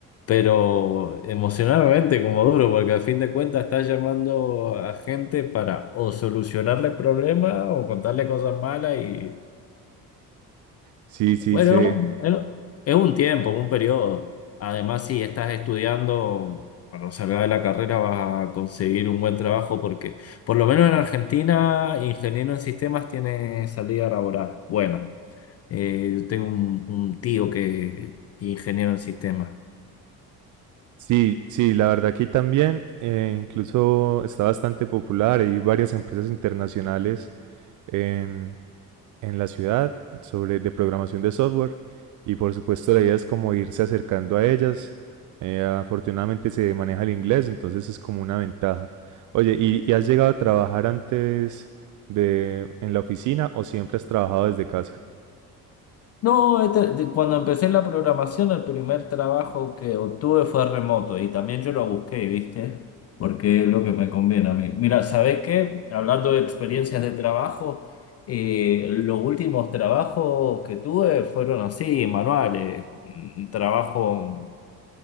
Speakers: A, on the left; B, on the right.
A: Pero emocionalmente como duro, porque al fin de cuentas estás llamando a gente para o solucionarle problemas o contarle cosas malas y...
B: Sí, sí,
A: Bueno,
B: sí.
A: es un, es- es un tiempo, un periodo. Además, si estás estudiando, cuando salgas de la carrera vas a conseguir un buen trabajo porque, por lo menos en Argentina, ingeniero en sistemas tiene salida laboral. Bueno, eh, yo tengo un, un tío que es ingeniero en sistemas.
B: Sí, sí, la verdad aquí también eh, incluso está bastante popular. Hay varias empresas internacionales en en la ciudad sobre de programación de software y por supuesto la idea es como irse acercando a ellas. Eh, afortunadamente se maneja el inglés, entonces es como una ventaja. Oye, ¿y, y has llegado a trabajar antes de en la oficina o siempre has trabajado desde casa?
A: No, este- de- cuando empecé la programación, el primer trabajo que obtuve fue remoto y también yo lo busqué, ¿viste? Porque es lo que me conviene a mí. Mira, ¿sabés qué? Hablando de experiencias de trabajo, eh, los últimos trabajos que tuve fueron así, manuales, mm, trabajo